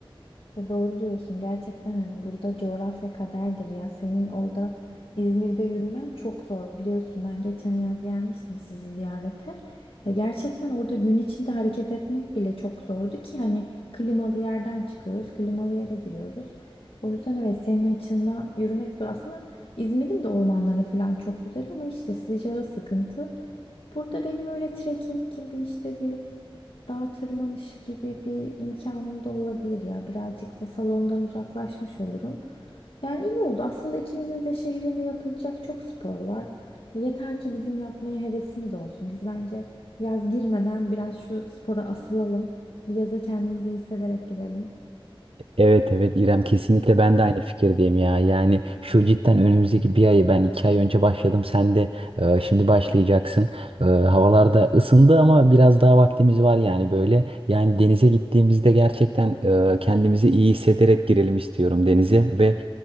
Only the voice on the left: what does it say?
Ya doğru diyorsun. Gerçekten hani burada coğrafya kaderdir ya. Senin orada İzmir'de yürümen çok zor. Biliyorsun ben geçen yaz gelmiştim sizi ziyarete. E, gerçekten orada gün içinde hareket etmek bile çok zordu ki hani klimalı yerden çıkıyoruz, klimalı yere giriyoruz. O yüzden evet senin açından yürümek zor. Aslında İzmir'in de ormanları falan çok güzel ama işte sıcağı sıkıntı. Burada benim öyle trekking gibi işte bir dağ tırmanışı gibi bir imkanım da olabilir ya. Birazcık da salondan uzaklaşmış olurum. Yani iyi oldu. Aslında ikimizin de şehrinde yapılacak çok spor var. Yeter ki bizim yapmaya hevesimiz olsun. Biz bence yaz girmeden biraz şu spora asılalım. Bir yaza kendimizi iyi hissederek girelim.